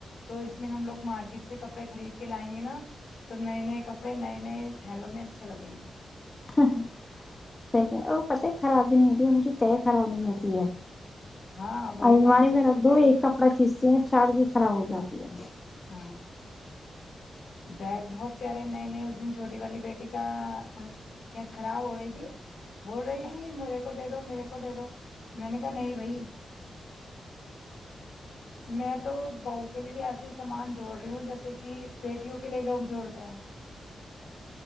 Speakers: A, on the left; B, on the left.
A: تو اس میں ہم لوگ مارکیٹ سے کپڑے خرید کے لائیں گے نا تو نئے نئے کپڑے نئے نئے تھیلوں میں اچھے لگیں گے
B: ہاں ہاں سیک وہ پت ہی خراب نہیں ہوتی ان کی طے خراب نہیں ہوتی ہے
A: ہاں وہی
B: الماری
A: میں ان سے
B: میںیرا
A: بول رہی
B: دو
A: تھی
B: ایک کپڑا کھینچتے ہیں چار کی خراب ہو جاتی ہے
A: ہاں بیگ بہت پیارے نئے نئے اس دن چھوٹی والی بیٹی کا نیت خراب ہو رہی تھی بول رہی تھی مجھے کو دے دو میرے کو دے دو میں نے کہا نہیں بھائی میں تو بہ کے لیے بھی ایس سامان جوڑ رہی ہوں جیسے کہ بیٹیوں کے لیے لوگ جوڑتے ہیں